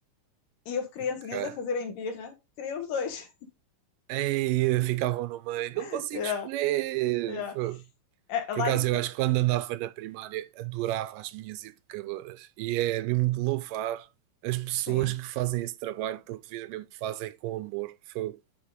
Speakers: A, on the left (about 75°); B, on the right (about 80°).
A: E houve criancinhas
B: <laughs> Ok.
A: a fazerem birra, queria os dois.
B: Aí ficavam no meio, não
A: <laughs>
B: consigo
A: Yeah.
B: escolher.
A: É, é,
B: Por
A: lá
B: acaso,
A: em,
B: eu acho que quando andava na primária adorava as minhas educadoras e é mesmo de louvar as pessoas
A: sim,
B: que fazem esse trabalho porque vejo mesmo que fazem com amor. Foi,